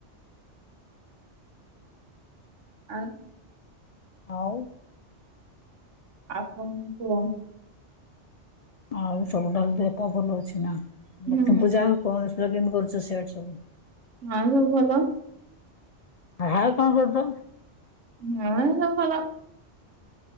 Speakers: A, on the right (about 85°); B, on the left (about 80°).
A: ଆଉ
B: ଆଉ
A: ଆଉ କଣ କୁହ?
B: ଆଉ ସବୁ ତ ଦେହ ଭଲ ଅଛି ନା,
A: ହୁଁ
B: ଲକ୍ଷ୍ମୀ ପୂଜା ଆଉ କଣ <inaudible> ସବୁ
A: ହଁ ଆଉ ସବୁ ଭଲ।
B: ହଁ, ଆଉ କଣ କରୁଛ?
A: ହଁ ସବୁ ଭଲ।